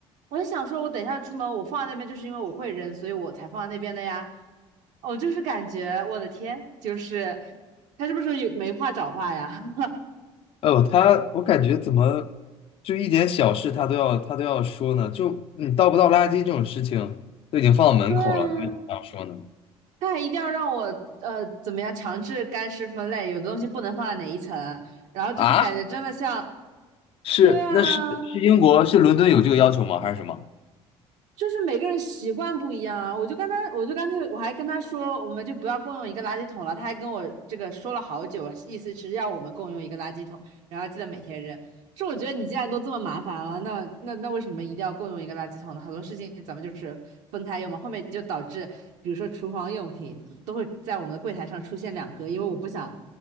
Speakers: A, on the right; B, on the left.
A: 我就想说，我等一下出门，我放在那边就是因为我会扔，所以我才放在那边的呀。我就是感觉，我的天，就是他是不是有没话找话呀？<laughs>
B: 哦，他我感觉怎么就一点小事他都要他都要说呢？就你倒不倒垃圾这种事情都已经放到门口了，
A: 对啊，
B: 他为什么这样说呢？
A: 他还一定要让我呃怎么样强制干湿分类，有的东西不能放在哪一层，然后就是感觉真的像，
B: 啊，是那是是英国是伦敦有这个要求吗？
A: 对啊，
B: 还是什么？
A: 就是每个人习惯不一样啊，我就跟他，我就干脆我还跟他说，我们就不要共用一个垃圾桶了。他还跟我这个说了好久，意思是要我们共用一个垃圾桶，然后记得每天扔。是我觉得你既然都这么麻烦了，那那那为什么一定要共用一个垃圾桶呢？很多事情咱们就是分开用嘛，后面就导致，比如说厨房用品都会在我们的柜台上出现两个，因为我不想，